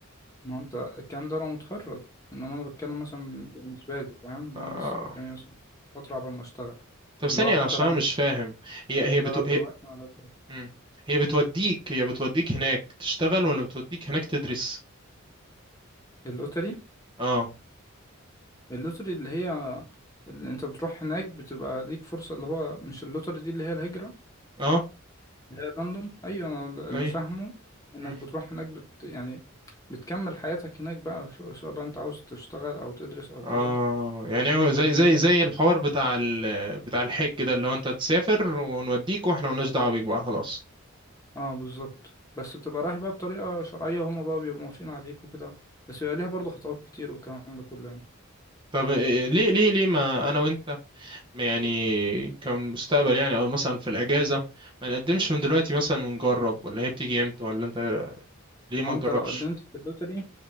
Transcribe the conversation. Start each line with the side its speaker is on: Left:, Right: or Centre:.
Left: ما هو انت الكلام ده لو متخرج انما انا بتكلم مثلا بالنسبة لي فاهم اللي
Right: آه.
Left: انا لسه قدامي مثلا فترة قبل ما اشتغل
Right: طب ثانية
Left: اللي هو حتى
Right: أنا عشان
Left: لو
Right: انا مش فاهم هي
Left: بشتغل
Right: هي بتو...
Left: دلوقتي ولا شغل؟
Right: مم. هي بتوديك هي بتوديك هناك تشتغل ولا بتوديك هناك تدرس
Left: اللوتري
Right: اه
Left: اللوتري اللي هي اللي انت بتروح هناك بتبقى ليك فرصة اللي هو مش اللوتري دي اللي هي الهجرة
Right: اه
Left: اللي هي الراندوم ايوه انا اللي
Right: اي
Left: فاهمه انك
Right: مم.
Left: بتروح هناك بت يعني بتكمل حياتك هناك بقى سواء سواء بقى انت عاوز تشتغل او تدرس او
Right: اه
Left: كذا
Right: يعني هو زي
Left: الكلام
Right: زي
Left: ده
Right: زي الحوار بتاع ال بتاع الحج ده اللي هو انت تسافر ونوديك واحنا ملناش دعوه بيك بقى خلاص
Left: اه بالظبط بس بتبقى رايح بقى بطريقة شرعية وهما بقى بيبقوا موافقين عليك وكده بس بيبقى ليها برضه خطوات كتير والكلام ده كله يعني
Right: طب إيه- ليه ليه ليه ما انا وانت ما يعني كمستقبل يعني او مثلا في الاجازه ما نقدمش من دلوقتي مثلا ونجرب ولا هي بتيجي امتى ولا انت إيه رأيك؟ ليه
Left: ما
Right: ما
Left: هو
Right: نجربش
Left: انت لو قدمت في اللوتري